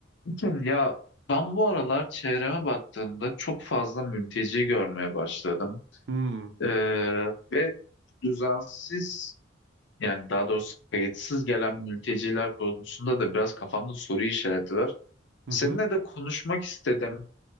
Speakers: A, on the left (about 65°); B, on the right (about 65°).
A: Bakın Ya ben bu aralar çevreme baktığımda çok fazla mülteci görmeye başladım.
B: Hmm,
A: Ee, ve düzensiz yani daha doğrusu kayıtsız gelen mülteciler konusunda da biraz kafamda soru işareti var.
B: Hı
A: Seninle
B: hı.
A: de konuşmak istedim.